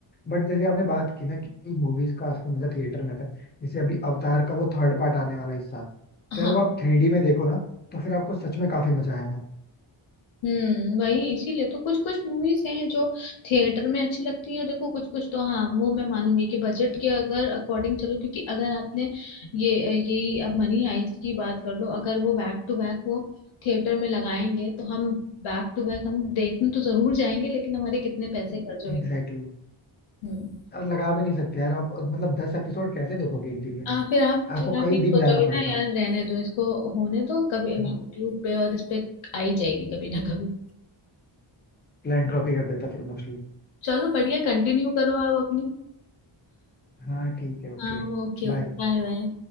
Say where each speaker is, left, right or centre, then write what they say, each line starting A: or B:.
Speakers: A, on the left (about 20°); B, on the left (about 75°).
A: बट जैसे आपने बात की ना कि मूवीज का असली मजा थिएटर में आता है जैसे अभी अवतार का वो थर्ड पार्ट आने वाला है इस साल तो
B: हाँ
A: यार वो आप थ्री डी में देखो ना तो फिर आपको सच में काफी मजा आएगा
B: हम्म वही इसीलिए तो कुछ कुछ मूवीज हैं जो थिएटर में अच्छी लगती हैं देखो कुछ कुछ तो हाँ वो मैं मानूंगी कि बजट के अगर अकॉर्डिंग चलो क्योंकि अगर आपने ये यही अब मनी हाइस्ट की बात कर लो अगर वो बैक टू बैक वो थिएटर में लगाएंगे तो हम बैक टू बैक हम देखने तो जरूर जाएंगे लेकिन हमारे कितने पैसे खर्च
A: Exactly
B: होंगे
A: exactly.
B: हम्म
A: और लगा भी नहीं सकते यार आप मतलब दस एपिसोड कैसे देखोगे एक दिन में
B: आ, फिर आप
A: आपको
B: फिर आप
A: कई
B: ये सोचोगे
A: दिन जाना पड़ेगा
B: ना यार रहने दो इसको होने दो कभी यूट्यूब
A: हाँ
B: पे और इस पे आई जाएगी कभी ना कभी
A: प्लान ड्रॉप ही कर देता फिर मोस्टली
B: चलो बढ़िया कंटिन्यू करो आप अपनी
A: हाँ ठीक है ओके
B: हाँ ओके
A: बाय
B: Okay bye bye